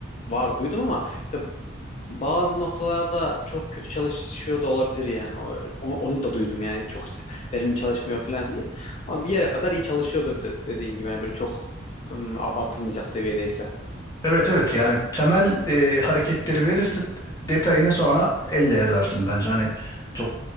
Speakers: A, on the left; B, on the left.
A: var duydum ama işte bazı noktalarda çok kötü çalışıyor da olabilir yani. O- Onu, onu da duydum yani çok verimli çalışmıyor falan diye. Ama bir yere kadar iyi çalışıyordur de- dediğin gibi. Yani böyle çok ım, abartılmayacak seviyedeyse.
B: Evet evet yani temel e, hareketleri verirsin detayını sonra elle yazarsın bence hani çok